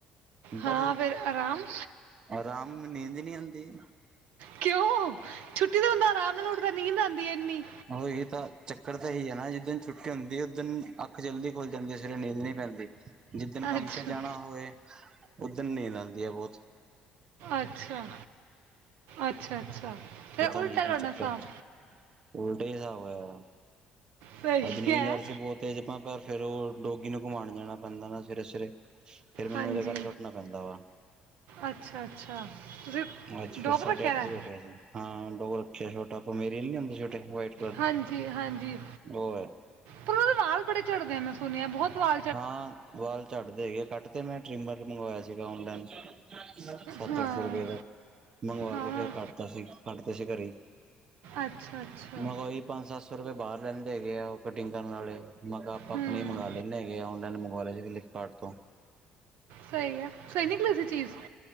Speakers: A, on the right; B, on the right.
A: ਬਰ।
B: ਹਾਂ ਫਿਰ ਆਰਾਮ
A: ਅਰਾਮ ਨੀਂਦ ਨੀ ਆਂਦੀ।
B: ਕਿਯੋ? ਛੁੱਟੀ ਤੇ ਬੰਦਾ ਆਰਾਮ ਨਾਲ ਉਠਦਾ, ਨੀਂਦ ਆਂਦੀ ਐ ਇੰਨੀ।
A: ਓਹੋਹੀ ਤਾਂ, ਚੱਕਰ ਤਾਂ ਏਹੀ ਹੈ ਨਾ ਜਿਸ ਦਿਨ ਛੁੱਟੀ ਹੁੰਦੀ ਉਸ ਦਿਨ। ਅੱਖ ਜਲਦੀ ਖੁੱਲ ਜਾਂਦੀ ਏ, ਸਵੇਰੇ ਨੀਂਦ ਨਈ ਪੈਂਦੀ। ਜਿਸ ਦਿਨ ਕੰਮ
B: ਅੱਛਾ
A: 'ਤੇ ਜਾਣਾ ਹੋਵੇ। ਉਧ ਦਿਨ ਨੀਂਦ ਆਂਦੀ ਏ ਬੋਤ।
B: ਅੱਛਾ, ਅੱਛਾ, ਅੱਛਾ ਤੇ
A: ਪਤਾ
B: ਉਲਟਾ
A: ਨੀ ਕੀ
B: ਤੋਆਦਾ
A: ਚੱਕਰ
B: ਸਾਬ।
A: ਉਲਟੇ ਹਿਸਾਬ ਹੋਇਆ।
B: ਸਹੀ
A: ਅਜ ਨੀਂਦ
B: ਹੈ
A: ਆ ਰਹੀ ਸੀ ਬੋਹ ਤੇਜ, ਪਰ ਫੇਰ ਓਹ ਡੋਗੀ ਨੂੰ ਘੁਮਾਣ ਜਾਣਾ ਪੈਂਦਾ ਨਾ ਸਵੇਰੇ, ਸਵੇਰੇ, ਫੇਰ ਮੈਨੂੰ
B: ਹਾਂਜੀ
A: ਓਦੇ ਕਰਕੇ ਉੱਠਣਾ ਪੈਂਦਾ ਵਾ।
B: ਅੱਛਾ, ਅੱਛਾ ਤੁਸੀਂ,
A: ਅੱਜ
B: ਡੋਗ
A: ਫੇਰ ਸਾਢੇ
B: ਰੱਖਿਆ
A: ਅੱਠ ਵਜੇ
B: ਦਾ।
A: ਹਾਂ, ਡੋਗ ਰੱਖੇਆ ਛੋਟਾ, ਪਮੇਰਿਅਨ ਨੀ ਹੁੰਦੇ ਛੋਟੇ, ਵਾਈਟ
B: ਹਾਂਜੀ, ਹਾਂਜੀ।
A: ਓ ਹੈ।
B: ਪਰ ਓਦੇ ਵਾਲ ਬੜੇ ਚੜਦੇ ਨੇ। ਸੁਣਿਆ, ਬੋਤ ਵਾ
A: ਹਾਂ, ਵਾਲ ਚੜਦੇ ਹੈਗੇ, ਕੱਟ ਤੇ ਮੈਂ, ਟ੍ਰਿਮਰ ਮੰਗਵਾਇਆ ਸੀਗਾ ਓਨਲੈਨ। ਸੱਤ-ਅੱਠ
B: ਹਾਂ।
A: ਸੌ ਰੁਪਏ ਦਾ, ਮੰਗਵਾ
B: ਹਾਂ।
A: ਕੇ ਫੇਰ ਕੱਟਤਾ ਸੀ, ਕੱਟਦੇ ਸੀ ਘਰੇ ਈ।
B: ਅੱਛਾ ਅੱਛਾ।
A: ਮੈ ਕਾ ਓਹੀ ਪੰਜ-ਸੱਤ ਸੌ ਰੁਪਏ ਬਾਰ ਲੈਂਦੇ ਹੈਗੇ ਆ, ਕਟਿੰਗ ਕਰਨ ਵਾਲੇ। ਮੈਂ ਕਾ ਆਪਾਂ
B: ਹੂੰ।
A: ਆਪਣੇ ਮੰਗਵਾ ਲ ਲੈਨੇ ਹੈਗੇ ਆ। ਓਨਲਾਈਨ ਮੰਗਵਾਲਿਆ ਸੀ ਫਲਿੱਪਕਾਰਟ ਤੋ।
B: ਸਹੀ ਐ, ਸਹੀ ਨਿਕਲੀ ਸੀ ਚੀਜ।